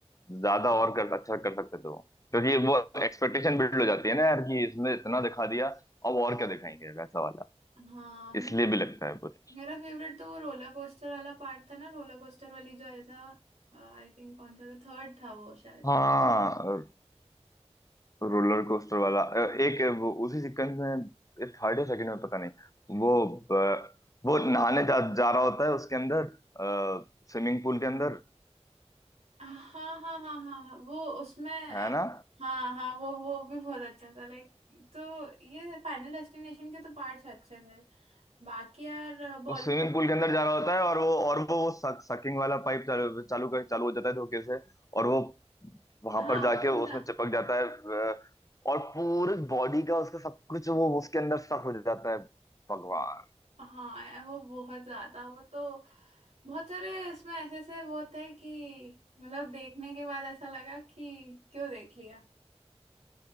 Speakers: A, on the left; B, on the right.
A: ज्यादा और कर अच्छा कर सकते थे वो क्योंकि वो एक्सपेक्टेशन बिल्ड हो जाती है ना यार कि इसने इतना दिखा दिया अब और क्या दिखाएंगे वैसा वाला
B: हाँ मे-
A: इसलिए भी लगता है पूरी
B: मेरा फेवरेट तो वो रोलर कोस्टर वाला पार्ट था ना रोलर कोस्टर वाली जो आया था आई थिंक कौन सा था थर्ड था वो शायद
A: हाँ रोलर कोस्टर वाला अ, एक वो उसी सीक्वेंस में थर्ड या सेकंड में पता नहीं वो अ, वो नहाने जा, जा रहा होता है उसके अंदर स्विमिंग पूल के अंदर
B: हाँ हाँ हाँ हाँ हाँ, वो उसमें
A: है ना
B: हाँ हाँ वो वो भी बहुत अच्छा था लाइक तो ये फाइनल डेस्टिनेशन के तो पार्ट्स अच्छे थे बाकी यार बॉलीवुड
A: वो स्विमिंग पूल के अंदर जा रहा होता है और वो और वो वो सकिंग वाला पाइप चालू चालू कर चालू हो जाता है धोखे से और वो वहां
B: हाँ
A: पर जाके
B: पूरा
A: उसमें चिपक जाता है अ, और पूरी बॉडी का उसका सब कुछ वो उसके अंदर सक हो जाता है भगवान
B: हाँ यार वो बहुत ज्यादा वो तो बहुत सारे इसमें ऐसे ऐसे वो थे कि मतलब देखने के बाद ऐसा लगा कि क्यों देख लिया